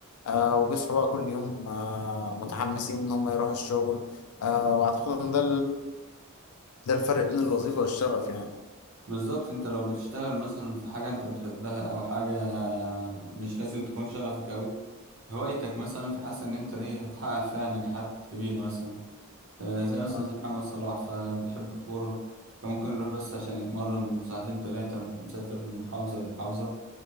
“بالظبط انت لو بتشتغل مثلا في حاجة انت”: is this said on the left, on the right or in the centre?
Right